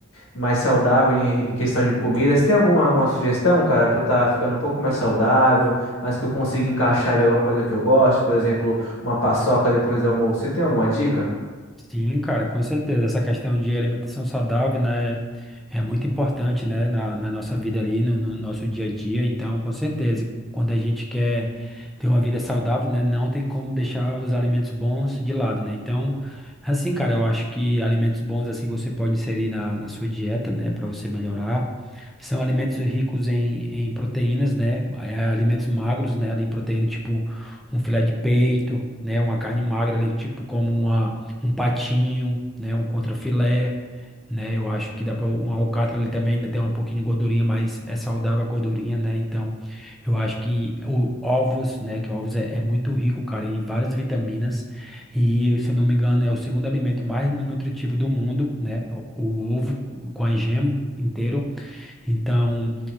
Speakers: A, on the left (about 85°); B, in the centre.
A: mais saudável em, em questão de comida. Você tem alguma, alguma sugestão, cara, pra eu estar ficando um pouco mais saudável, mas que eu consiga encaixar ali alguma coisa que eu gosto, por exemplo, uma paçoca depois do almoço. Você tem alguma dica?
B: Sim, cara, com certeza. Essa questão de alimentação saudável, né, é é muito importante, né, na, na nossa vida ali, no, no nosso dia a dia. Então, com certeza, quando a gente quer ter uma vida saudável, né, não tem como deixar os alimentos bons de lado, né? Então, assim, cara, eu acho que alimentos bons, assim, você pode inserir na, na sua dieta, né, para você melhorar. São alimentos ricos em, em proteínas, né, é, alimentos magros, né, ali em proteína, tipo um filé de peito, né, uma carne magra ali, tipo como uma um patinho, né, um contrafilé, né? Eu acho que dá para um alcatra ali também ainda tem um pouquinho de gordurinha, mas é saudável a gordurinha, né? Então, eu acho que o ovos, né, que ovos é, é muito rico, cara, em várias vitaminas e, se eu não me engano, é o segundo alimento mais nutritivo do mundo, né? O, o ovo co- com a gema inteiro. Então,